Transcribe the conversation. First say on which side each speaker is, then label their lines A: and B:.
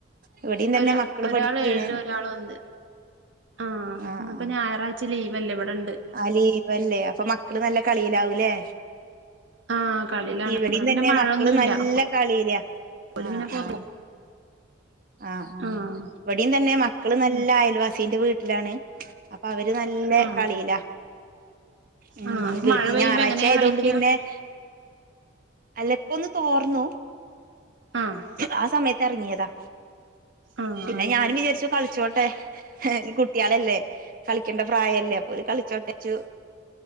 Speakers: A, on the right (about 45°); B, on the right (about 65°).
A: ഇവടിം തന്നെ
B: ഒരാ
A: മക്കള്
B: ഒരാള്
A: പഠിക്കാണ്
B: ഏഴിലും ഒരാള് ഒന്ന് ആഹ്
A: ആ
B: ഇന്ന്പ്പോ
A: ആ
B: ഞായറാഴ്ച ലീവല്ലേ ഇവിടെണ്ട്
A: ആ ലീവല്ലേ അപ്പൊ മക്കള് നല്ല കളിയിലാവൂലേ
B: ആഹ് കളിയിലാണ്
A: ഇവടിം
B: ഇവിടെ പിന്നെ
A: തന്നെ
B: മഴൊന്നുല്ല
A: മക്കള് നല്ല
B: അപ്പൊ
A: കളിലാ
B: ഓല്
A: ആ
B: പിന്നെ പൊറ
A: ആ ആ ആ
B: ആഹ്
A: ഇവടിം തന്നെ മക്കള് നല്ല
B: ഉം
A: അയൽവാസീന്റെ വീ ലാണ് അ പ്പ അവര് നല്ല
B: ആഹ്
A: കളിലാ ഉം
B: ആഹ് അപ്പൊ
A: വീട്ടിൽ
B: മഴ പെയ്യുമ്പോ
A: ഞായറാഴ്ച്ച
B: എങ്ങനെയാ
A: യതൊണ്ട്
B: കളിക്ക
A: പിന്നെ- അല്ല ഇപ്പോ ന്ന് തോർന്നു
B: ആഹ്
A: ആ സമയ എർങ്ങ്യതാ
B: ആഹ്
A: പിന്നെ
B: അത്
A: ഞാനും
B: ശരി
A: വിചാരിച്ചു കളിച്ചോട്ടെ ഹേനി കു കുട്ട്യാളല്ലേ കളിക്കേണ്ട പ്രായല്ലേ അപ്പോ ഓര് കളിച്ചോട്ടെച്ചു